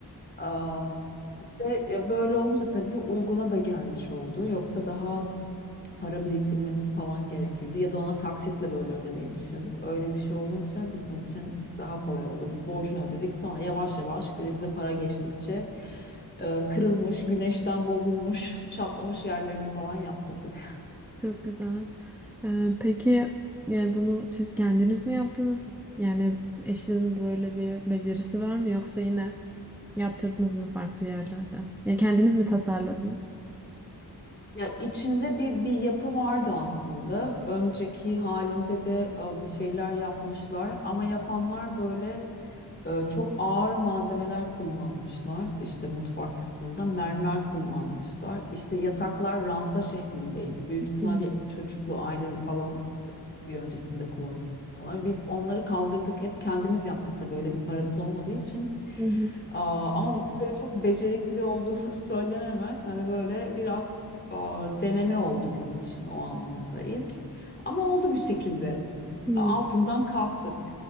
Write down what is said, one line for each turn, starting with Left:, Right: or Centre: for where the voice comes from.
Left: Aa, işte, ya böyle olunca tabii uyguna da gelmiş oldu. Yoksa daha para biriktirmemiz falan gerekirdi. Ya da ona taksitle böyle ödemeyi düşündük. Öyle bir şey olunca bizim için daha kolay oldu. Biz borcunu ödedik. Sonra yavaş yavaş elimize para geçtikçe e, kırılmış, güneşten bozulmuş, <laughs> çatlamış yerlerini falan yaptırdık.
Centre: Çok güzel. Ee, peki yani bunu siz kendiniz mi yaptınız? Yani eşinin böyle bir becerisi var mı yoksa yine yaptırdınız mı farklı yerlerde? Ya kendiniz mi tasarladınız?
Left: Ya içinde bir bir yapı vardı aslında. Önceki halinde de e, bir şeyler yapmışlar ama yapanlar böyle e, çok ağır malzemeler kullanmışlar. İşte mutfak kısmında mermer kullanmışlar. İşte yataklar ranza şeklindeydi. Büyük ihtimal
Centre: Hı
Left: bir çocuklu aile falan bir öncesinde kullanıyorlar. Biz onları kaldırdık hep. Kendimiz yaptık da böyle bir paramız olmadığı için.
Centre: hı.
Left: Aa, ama bizim böyle çok becerikli olduğumuz <laughs> söylenemez. Hani böyle biraz aa, deneme oldu bizim için o anlamda ilk. Ama oldu bir şekilde.
Centre: Hı.
Left: E, altından kalktık.